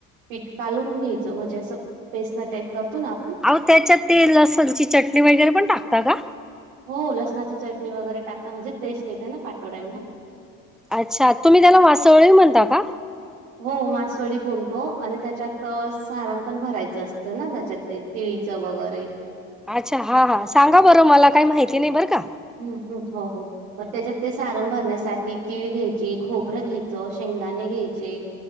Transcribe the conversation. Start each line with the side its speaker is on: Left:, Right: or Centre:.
Right: पीठ कालून घ्यायच म्हणजे असं बेसना टाईप करतो ना आपण
Centre: अहो त्याच्यात ते लसणची चटणी वगैरे पण टाकता का.
Right: हो लसणाची चटणी वगैरे टाकत म्हणजे टेस्ट येते ना पातोड्यांना.
Centre: अच्छा तुम्ही त्याला वासवळी म्हणता का.
Right: हो मासवडी बोलतो आणि त्याच्यात सारण पण भरायचं असतं ना त्याच्यात ते तिळीच. तवगैरे
Centre: अच्छा हा हां सांगा बरं मला काय माहिती. नाही बरं का
Right: हम् हम् हो हो मग
Centre: हम्म
Right: त्याच्यात ते सारन भरण्यासाठी तीळ घ्यायची खोबरं घ्यायचं शेंगदाणे घ्यायचे.